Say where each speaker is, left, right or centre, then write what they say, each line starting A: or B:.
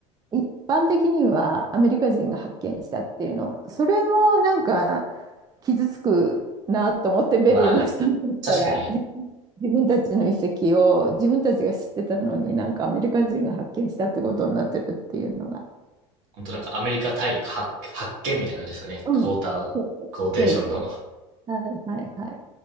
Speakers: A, on the right; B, on the right.
A: 一般的にはアメリカ人が発見したっていうの、それもなんか傷つくなと思ってベルの人にとったら自分自分たちの遺跡を自分たちが知ってたのになんかアメリカ人が発見したってことになってるっていうのが。
B: まあ、確かに、本当なんかアメリカ大陸発、発見みたいな感じですよね。
A: うん。
B: クォーター、
A: そうそうそうですね。
B: クォーテーションの。
A: はいはいはい。